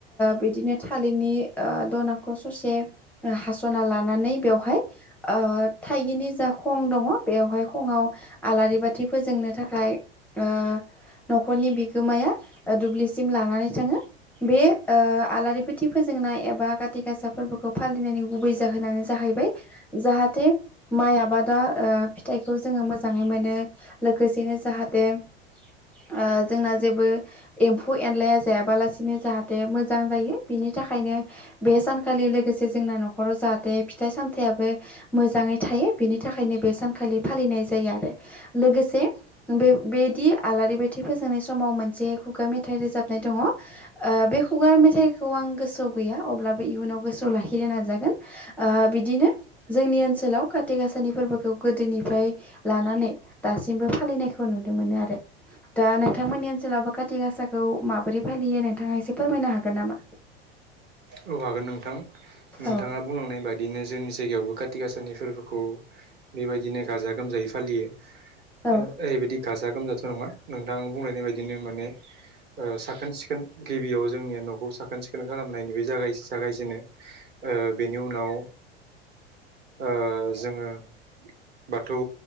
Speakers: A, in the centre; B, on the right.
A: बिदिनो थालिरनि दनाखौ ससे हास'ना लानानै बेयावहाय ओ थाइगिनि जा खं दङ बेवहाय खङआव आलारि बाथि फोजोंनो थाखाय ओ न'खरनि बिगोमाया दुब्लिसिम लानानै थाङो। बे ओ आलारि बाथि फोजोंनाय एबा खााथि गासा फोरबोखौ फालिनायनि गुबै जाहोनानो जाहै बाय जाहाथे माइ आबादा ओ फिथाइखौ जोङो मोजाङै मोनो लोगोसेनो जाहा देम ओ जोंना जेबो एम्फौ एनलाया जायाबालासिनो जाहाथे मोजां जायो बिनि बिनि थाखायनो बे सानखालि लोगोसे जोंना न'खराव जाहाथे फिथाइ सामथायाइयाबो मोजाङै थायो बिनि थाखायनो बे सानखालि फालिनाय जायो आरो लोगोसे बे बेदि आलारि बाथि फोजोंनाय समाव मोनसे खुगा मेथाइ रोजाबनाय दङ ओ बे खुगा मेथाइखौ आं गोसोआव गैया अब्लाबो इयुनाव गोसोआव लाखिनो नाजागोन ओ बिदिनो जोंनि ओनसोलाव खााति गाासानि फोरबोखौ गोदोनिफ्राय लानानै दासिमबो फालिनायखौ नु नुनो मोनो आरो। दा नोंथांमोननि ओनसोलावबो काति गासाखौ माबोरै फालियो नोंथाङा एसे फोरमायनो हागोन नामा?
B: औ हागोन नोंथां नोंथाङा
A: औ
B: बुंलांनाय बायदि बिदिनो जोंनि जायगायावबो काति गासानि फोरबोखौ बेबायदिनो गाजा गोमजायै फालियो।
A: औ
B: ओ ओरैबायदि गाजा गोमजाथ' नङा नोंथां बुंलायनाय बायदिनो माने ओ साखोन सिखोन गिबियाव जोंनिया न'खौ साखोन सिखोन खालामनायनि बे जागाय जागायजेनो ओ बेनि उनाव ओ जोङो ओबाथौ